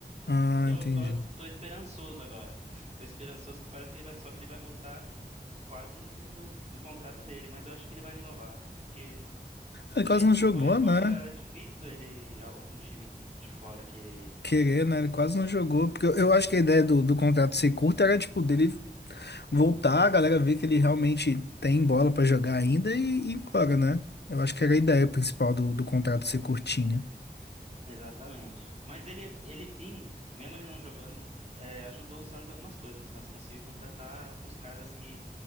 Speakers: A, on the left; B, on the right.
A: Ah,
B: Então
A: entendi.
B: eu tô, tô esperançoso agora. <laughs> Tô esperançoso que parece que ele vai, só que ele vai voltar quase no fim do, do contrato dele, mas eu acho que ele vai renovar, porque
A: Ele
B: do
A: quase
B: jeito
A: não
B: que
A: jogou,
B: foi agora,
A: né?
B: é difícil ele algum time de fora querer ele.
A: Querer, né? Ele quase não jogou. Porque eu, eu acho que a ideia do, do contrato ser curto era, tipo, dele voltar, a galera ver que ele realmente tem bola pra jogar ainda e, e ir embora, né? Eu acho que era a ideia principal do, do contrato ser curtinho.
B: Exatamente. Mas ele ele vim, mesmo ele não jogando, é, ajudou o Santos em algumas coisas, que o Santos conseguiu contratar alguns caras que